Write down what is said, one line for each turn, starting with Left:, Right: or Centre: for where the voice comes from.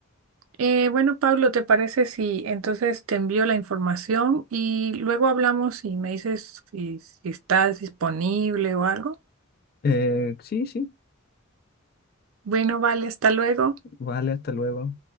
Right: Eh, bueno, Pablo, ¿te parece si entonces te envío la información y luego hablamos y me dices si, si estás disponible o algo?
Left: Eh, sí, sí,
Right: Bueno, vale, hasta luego.
Left: vale, hasta luego.